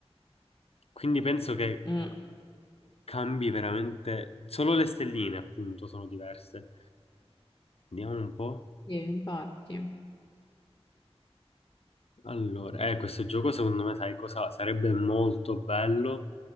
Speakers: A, on the left; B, on the left.
A: Quindi penso che
B: Mm,
A: cambi veramente. Solo le stelline, appunto, sono diverse. Vediamo un po'.
B: sì, infatti,
A: Allora, eh, questo gioco secondo me, sai cosa? Sarebbe molto bello